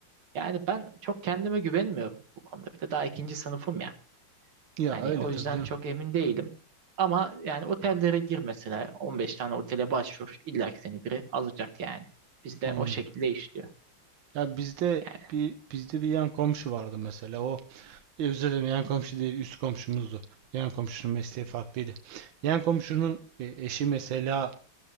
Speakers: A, on the right; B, on the right.
A: Yani ben çok kendime güvenmiyorum bu konuda. Bir de daha ikinci sınıfım ya.
B: Ya
A: Hani
B: öyle
A: o
B: tabii
A: yüzden
B: canım.
A: çok emin değilim. Ama yani otellere gir mesela 15 tane otele başvur. İlla ki seni biri alacak yani. Bizde
B: Anladım.
A: o şekilde işliyor.
B: Ya bizde
A: Yani
B: bir bizde bir yan komşu vardı mesela. O e, özür dilerim yan komşu değil üst komşumuzdu. Yan komşunun mesleği farklıydı. Yan komşunun e, eşi mesela